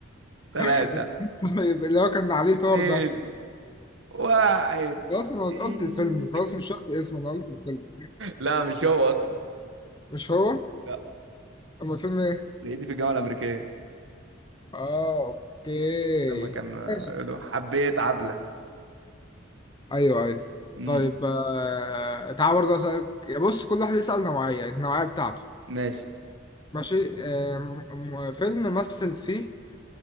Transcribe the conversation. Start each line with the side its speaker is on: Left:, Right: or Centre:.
Right: ثلاثة
Left: <laughs> استنى، طيب، اللي هو كان عليه
Right: اتنين
Left: طار ده
Right: واحد
Left: خلاص
Right: <laughs>
Left: أنا
Right: إيه.
Left: قلت الفيلم خلاص مش شرط اسمه أنا قلت الفيلم
Right: لا مش هو أصلا
Left: مش هو؟
Right: لا
Left: أما الفيلم إيه؟
Right: هي دي في الجامعة الأمريكية
Left: آه أوكي
Right: لما كان آه،
Left: ماشي
Right: يقولوا حبيت عبلة
Left: ايوه ايوه
Right: امم
Left: طيب آه تعال برضه اسالك بص كل واحد يسال نوعيه يعني النوعيه بتاعته
Right: ماشي
Left: ماشي آه م- م- فيلم مثل فيه